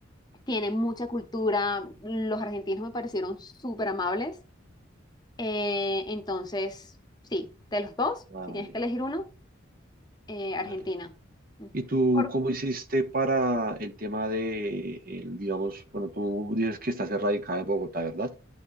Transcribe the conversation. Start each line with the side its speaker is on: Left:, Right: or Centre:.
Left: tiene mucha cultura, los argentinos me parecieron súper amables, eh, entonces, sí, de los dos,
Right: Vale,
Left: si tienes que elegir uno, eh, Argentina.
Right: vale.
Left: Mm,
Right: ¿Y tú
Left: Por-
Right: cómo hiciste para el tema de, el, digamos, bueno, tú dices que estás erradicada en Bogotá, ¿verdad?